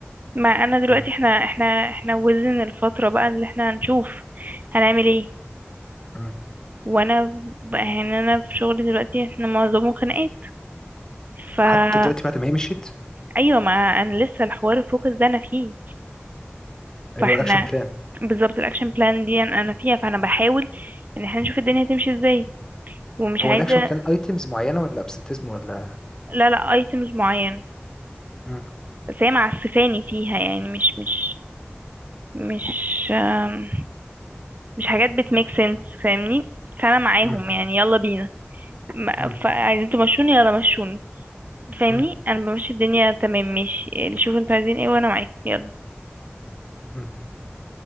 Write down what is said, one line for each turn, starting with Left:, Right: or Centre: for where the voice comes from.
Right: ما انا دلوقتي
Left: مم.
Right: احنا احنا احنا وزن الفترة بقى اللي احنا هنشوف هنعمل ايه
Left: مم.
Right: وانا ب- يعني انا في شغلي دلوقتي احنا معظمه خناقات فا
Left: حتى دلوقتي بعد ما هي مشيت
Right: ايوه ما انا لسه الحوار الفوكس ده انا فيه
Left: اللي
Right: فاحنا
Left: هو الاكشن بلان
Right: بالظبط الاكشن بلان دي انا أنا فيها فانا بحاول ان احنا نشوف الدنيا هتمشي ازاي ومش
Left: هو
Right: عايزة
Left: الاكشن بلان ايتمز معينه ولا ابسنتيزم ولا
Right: لا لا ايتمز معين
Left: مم.
Right: بس هي معسفاني فيها يعني مش مش مش آم، مش حاجات بتميك سنس فاهمني فانا معاهم
Left: مم.
Right: يعني يلا بينا ما-
Left: مم.
Right: فعايزين تمشوني يلا مشوني فاهمني
Left: مم.
Right: انا بمشي الدنيا تمام ماشي اللي شوفوا انتوا عايزين ايه وانا معاكم يلا
Left: مم.